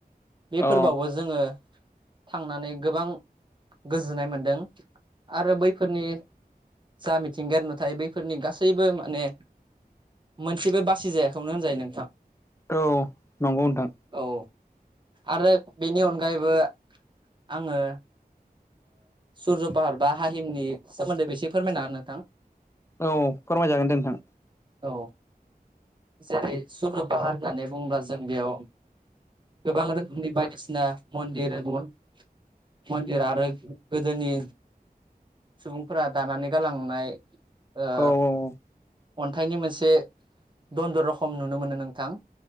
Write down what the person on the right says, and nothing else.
बे फोरबोआवबो
जोङो थांनानै गोबां गोजोननाय मोनदों आरो बैफोरनि जा मिथिंगायारि नुथाय बैफोरनि गासैबो माने मोनसेबो बासि जायाखौनो होनजायो नोंथां
औ आरो बेनि अनगायैबो आङो सुरज' पाहार बा हाहिमनि सोमोन्दै बेसे फोरमायना नोंथां
औ जेरै सुरज'पाहार होननानै बुंङोबा जों बेयाव गोबां रोख खोमनि बायदिसिना मन्दिर मन्दिर आरो गोदोनि सुबुंफोरा दानानै गालांनाय ओ
अन्थाइनि मोनसे दन्दर' रखम नुनो मोनो नोंथां